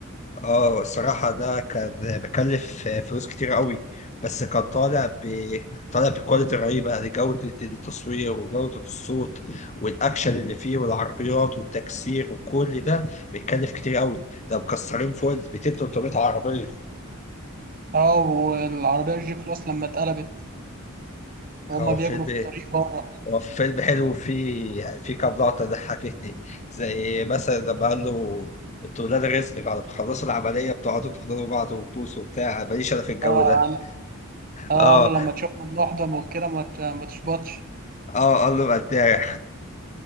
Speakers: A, on the left; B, on the right.
A: اه الصراحة ده كان بكلف فلوس كتير قوي بس كان طالع ب... طالع بكواليتي رهيبة لجودة التصوير وجودة الصوت والأكشن اللي فيه والعربيات والتكسير وكل ده بيتكلف كتير قوي ده مكسرين فوق ال 200 300 عربية
B: اه والعربية الجي كلاس لما اتقلبت وهما
A: هو
B: بيجروا
A: فيلم
B: في الطريق بره
A: هو فيلم حلو وفيه يعني فيه كام لقطة ضحكتني زي مثلا لما قال له انتوا ولاد رزق بعد ما تخلصوا العملية بتقعدوا تحضنوا بعض وتبوسوا وبتاع ماليش أنا في الجو
B: اه
A: ده
B: قال- اه
A: اه
B: قال له لما تشوفنا بنحضن وكده ما ت- ما تشبطش
A: اه قال له بداع